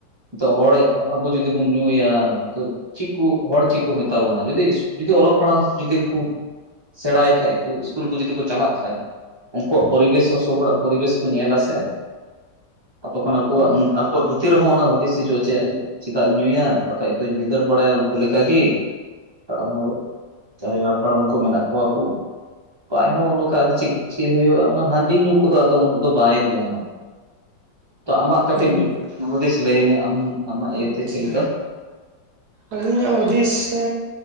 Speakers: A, on the right; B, on the right.
A: ᱛᱚ ᱦᱚᱲ ᱟᱵᱚ ᱡᱩᱫᱤ ᱵᱚᱱ ᱧᱩᱭᱟ ᱛᱚ ᱪᱤᱜ ᱠᱩ ᱦᱚᱲ ᱪᱤᱜ ᱠᱩ ᱢᱮᱛᱟ ᱵᱚᱱᱟ ᱡᱩᱫᱤ ᱡᱩᱫᱤ ᱚᱞᱚᱜ ᱯᱟᱲᱦᱟᱜ ᱡᱩᱫᱤ ᱠᱩ ᱥᱮᱬᱟᱭ ᱦᱮᱡᱠᱩ ᱤᱥᱠᱩᱞ ᱠᱩ ᱡᱚᱫᱤ ᱪᱟᱞᱟᱜ ᱠᱷᱟᱡ ᱩᱝᱠᱩᱣᱟᱜ ᱯᱚᱨᱤᱵᱮᱥ ᱥᱚ-ᱥᱚᱵᱦᱚᱲᱟᱜ ᱯᱚᱨᱤᱵᱮᱥ ᱠᱩ ᱧᱮᱞᱟᱥᱮ ᱛᱚᱠᱷᱚᱱ ᱟᱠᱩᱣᱟᱜ
B: ᱦᱩᱸ
A: ᱟᱠᱩᱣᱟᱜ ᱵᱷᱩᱛᱤ ᱨᱮ ᱦᱚᱸ ᱚᱱᱟ ᱦᱩᱫᱤᱥ ᱦᱤᱡᱩᱜᱼᱟ ᱡᱮ ᱪᱮᱫᱟᱜ ᱤᱧ ᱧᱩᱭᱟ ᱵᱟᱠᱷᱟᱡ ᱫᱩᱧ ᱵᱷᱤᱸᱫᱟᱹᱲ ᱵᱟᱲᱟᱭᱟ ᱩᱱᱠᱩ ᱞᱮᱠᱟᱠᱤ ᱦᱟᱲᱟᱢ ᱦᱚᱲ ᱡᱟᱦᱟᱸᱭ ᱦᱟᱯᱟᱲᱟᱢ ᱠᱩ ᱢᱮᱱᱟᱜ ᱠᱚᱣᱟ ᱠᱩ ᱵᱟᱭᱦᱚᱸ ᱱᱚᱜᱠᱷᱟᱡ ᱪᱤᱜ ᱪᱤᱜ ᱦᱩᱭᱩᱜᱼᱟ ᱚᱱᱟ ᱦᱟᱺᱰᱤ ᱧᱩ ᱠᱚᱫᱚ ᱟᱫᱚ ᱩᱱᱟᱹᱜ ᱫᱚ ᱵᱟᱭ ᱫᱤᱭᱟᱱᱟ ᱛᱚ ᱟᱢᱟᱜ ᱠᱟᱹᱴᱤᱡ
B: ᱦᱩᱸ
A: ᱦᱩᱫᱤᱥ ᱞᱟᱹᱭ ᱢᱮ ᱟᱢ ᱟᱢᱟᱜ ᱤᱭᱟᱹᱛᱮ
B: ᱟᱪᱪᱷᱟ
A: ᱪᱮᱫ ᱞᱮᱠᱟ?
B: ᱟᱹᱞᱤᱧᱟᱜ ᱦᱩᱫᱤᱥ ᱥᱮ